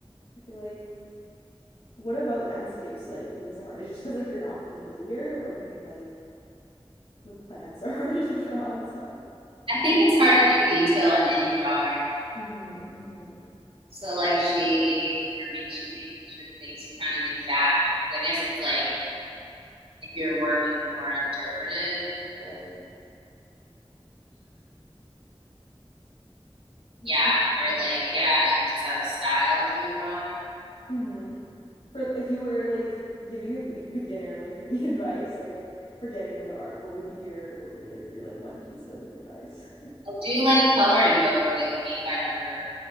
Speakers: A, on the left; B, on the right.
A: I feel like what about landscapes like makes it hard? Is just because like you're not familiar, or do you think like like plants are <laughs> harder to draw and stuff?
B: I think it's hard to do detail on any drawing.
A: Mm-hmm, mm-hmm.
B: So like shading or make sure you make sure things are kind of exact. So I guess it's like if your work is more interpretive,
A: Right. <laughs>
B: yeah, or like yeah, you just have a style to your drawing.
A: Mm-hmm. For if you were like giving a big beginner like me <laughs> advice, like for getting into art, what would be your what would be like, your like one piece of advice? <laughs>
B: I'll do like a coloring book or like a paint by number.